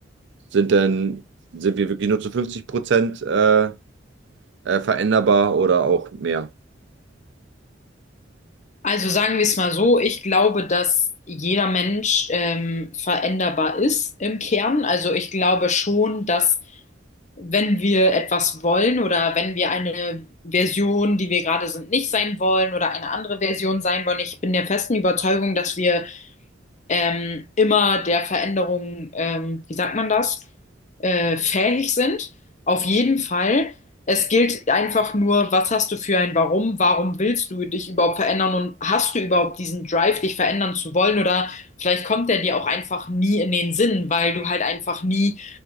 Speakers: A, on the right; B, on the left.
A: sind denn, sind wir wirklich nur zu 50 Prozent äh, äh, veränderbar oder auch mehr?
B: Also sagen wir es mal so, ich glaube, dass jeder Mensch ähm, veränderbar ist im Kern. Also ich glaube schon, dass wenn wir etwas wollen oder wenn wir eine Version, die wir gerade sind, nicht sein wollen oder eine andere Version sein wollen, ich bin der festen Überzeugung, dass wir ähm, immer der Veränderung, ähm, wie sagt man das, äh, fähig sind. Auf jeden Fall. Es gilt einfach nur, was hast du für ein Warum? Warum willst du dich überhaupt verändern und hast du überhaupt diesen Drive, dich verändern zu wollen? Oder vielleicht kommt der dir auch einfach nie in den Sinn, weil du halt einfach nie